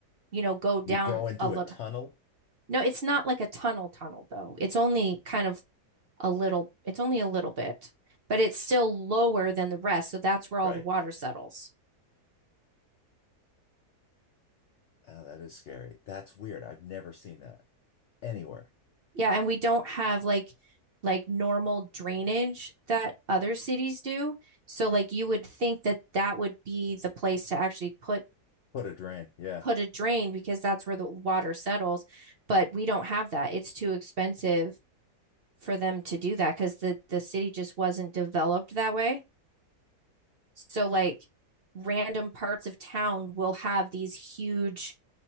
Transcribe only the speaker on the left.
You go into
a tunnel?
Right.
Oh, that is scary. That's weird. I've never seen that anywhere.
What a drain. Yeah.